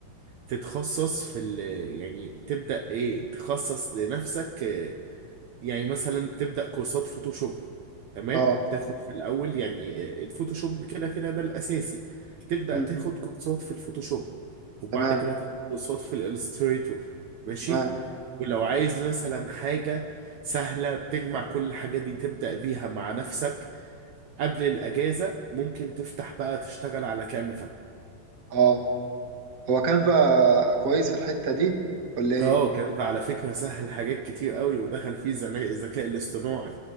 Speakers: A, on the right; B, on the right.
A: تتخصص في ال يعني تبدأ ايه تخصص لنفسك آه، يعني مثلا تبدأ كورسات فوتوشوب تمام
B: اه
A: تاخد في الأول يعني آه، الفوتوشوب كده كده ده الأساسي تبدأ
B: مم.
A: تاخد كورسات في الفوتوشوب وبعد
B: تمام
A: كده تاخد كورسات في الإلستريتور ماشي
B: تمام
A: ولو عايز مثلا حاجة سهلة بتجمع كل الحاجات دي تبدأ بيها مع نفسك قبل الاجازه ممكن تفتح بقى تشتغل على كانفا
B: اه هو كانفا كويس في الحتة دي ولا ايه
A: اه كانفا على فكره سهل حاجات كتير قوي ودخل فيه زنا- الذكاء الاصطناعي